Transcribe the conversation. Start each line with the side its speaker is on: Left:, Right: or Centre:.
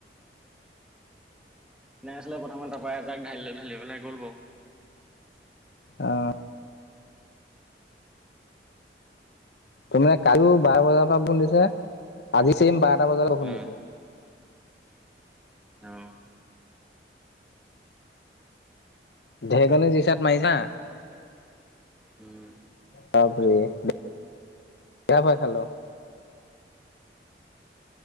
Centre: নাই আছিলে প্ৰথমে তাৰ পৰা এজাক ঢাৰ লৈ ঢালি পেলাই গ'ল গ
Left: আহ ত মানে কাৰো বাৰ বজাৰ পৰা বুল দিছে আজি চেম বাত বজাৰ খুন্দ
Centre: উম
Left: দিছে
Centre: অ
Left: ঢেৰকনী জুইচাত মাৰিছা <inaudible>
Centre: উম
Left: তাপৰে <unintelligible> বৰ ভয় খালো